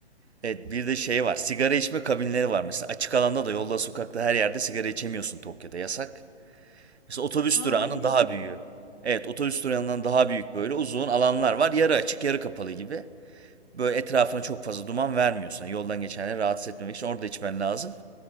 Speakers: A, on the right; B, on the left.
A: Evet bir de şey var. Sigara içme kabinleri var mesela. Açık alanda da yolda, sokakta her yerde sigara içemiyorsun Tokyo'da. Yasak. Mesela otobüs
B: Aa
A: durağının
B: bilmiyordum
A: daha büyüğü.
B: bunu.
A: Evet otobüs durağından daha büyük böyle uzun alanlar var. Yarı açık yarı kapalı gibi. Böyle etrafına çok fazla duman vermiyorsan yoldan geçenleri rahatsız etmemek için orada içmen lazım.